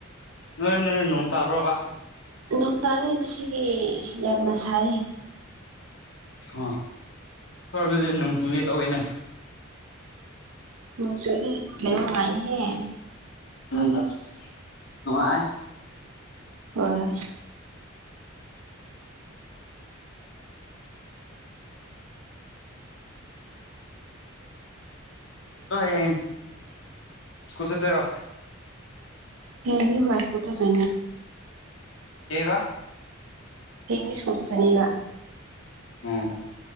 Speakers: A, on the left; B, on the right.
A: ꯅꯣꯏ ꯅꯣꯏ ꯅꯣꯡ ꯇꯥꯕ꯭ꯔꯣꯕ
B: ꯅ ꯇꯥꯔꯦ ꯉꯁꯤꯗꯤ ꯌꯥꯝꯅ ꯁꯥꯏ
A: ꯑ ꯈꯔꯗꯤ ꯅꯣꯡꯆꯨꯒꯤ ꯇꯧꯋꯤꯅꯦ
B: ꯅꯨꯡ ꯆꯨꯔꯤ ꯂꯩꯕ ꯅꯨꯡꯉꯥꯏꯅꯤꯍꯦ
A: ꯑ ꯅꯅꯨꯡꯉ ꯑꯦ
B: ꯍꯣꯏ
A: ꯌꯦꯏ ꯁ꯭ꯀꯨꯜ ꯆꯠꯇꯔꯣ
B: ꯍꯦꯅꯤ ꯁꯀꯨꯇ ꯆ
A: ꯀꯩꯕꯥ꯫
B: ꯍꯌꯦꯡꯗꯤ ꯁ꯭ꯀꯨꯜ ꯆꯠꯇꫭꯏꯅꯦꯕ꯫
A: ꯑꫭ